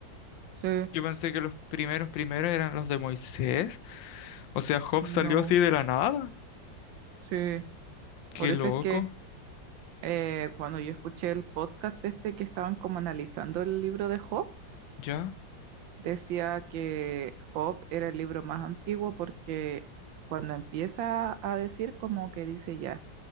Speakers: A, on the right; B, on the left.
A: Sí,
B: Yo pensé que los primeros primeros eran los de Moisés. O sea, Job
A: no,
B: salió así de la nada.
A: sí.
B: Qué
A: Por eso
B: loco.
A: es que eh, cuando yo escuché el podcast este que estaban como analizando el libro de Job,
B: Ya,
A: decía que Job era el libro más antiguo porque cuando empieza a decir como que dice ya,